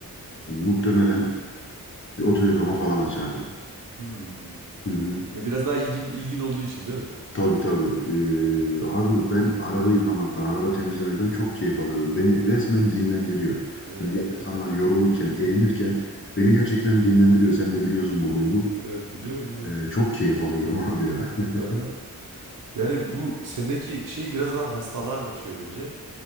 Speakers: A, on the left (about 35°); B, on the right (about 60°).
A: muhtemelen bir oto yıkama falan açardım.
B: Hmm.
A: Hı hı.
B: Ya biraz daha ilgin ilgin olduğu için değil mi?
A: Tabii tabii. Ee, abi ben araba yıkamaktan, araba temizlemekten çok keyif alıyorum. Beni resmen dinlendiriyor.
B: Evet.
A: Hani diğer insanlar
B: <laughs>
A: yorulurken, erinirken beni gerçekten dinlendiriyor. Sen de biliyorsun bu huyumu.
B: Evet biliyorum biliyorum.
A: Ee, çok keyif alıyorum abi ya. <laughs>
B: Aha. Yani bu sendeki şey biraz daha hastalığa kaçıyor bence.